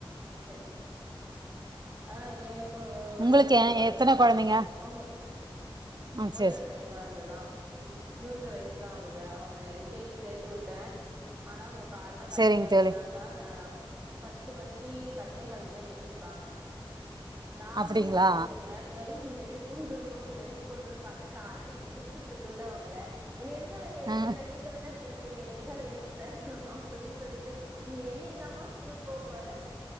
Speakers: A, on the right; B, on the right.
A: சேர் சேர் ஆ எனக் கு ஒரே
B: உங்களுக்கு
A: ஒரு பெண்
B: எ
A: கொழந்த
B: எத்தன
A: தா
B: கொழந்தைங்க
A: அவுங்க
B: ஆ
A: ஒரே
B: சேரி
A: ஒரு பெண் கொழந்ததா ம் மூன்ற வயசு தா ஆ குது அவங்க எல் கே ஜி சேத்து விட்டே ஆனா அவங்க கால்ல பாத்தீங்க
B: சேரிங்க
A: அப்டின்னாக்கா
B: தோழி
A: நா பத் த்து மணிக்கு பத்தே காலு தா எந்திரிப்பாங்க நானு
B: அப்டிங்களா
A: கொஞ்ச நேரத்தோட எழுப் ஊடுணு எழுப்பிவுட்ணு பாத்தா கால்ல எழுப்புறதுக்குள்ளவங்கள என்ன எதுக்காக நீ எழுப்புற
B: ஆ
A: ந் வீட்டுல தான இருக் குர நீ என்ன எதுக்காக எழுப்புற அப்டின்னு சொல்லிட்டு நீ என்னைக்கு தாமா ஸ்கூலுக்கு போ போற